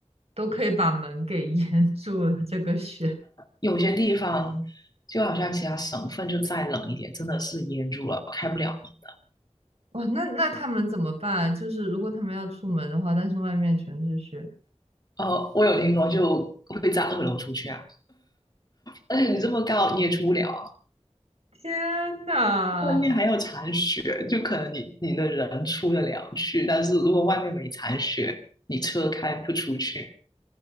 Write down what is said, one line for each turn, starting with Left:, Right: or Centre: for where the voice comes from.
Right: 都可以把门给 <laughs> 淹住了，这个雪，
Left: 有些地方就好像其他省份就再冷一点，真的是淹住了，开不了门。
Right: 哇，那那他们怎么办啊就是如果他们要出门的话，但是外面全是雪，
Left: 呃，我有听说就会在二楼出去啊，而且你这么高你也出不了。
Right: 天呐，
Left: 外面还有残雪，就可能你你的人出得了去，但是如果外面没残雪，你车开不出去，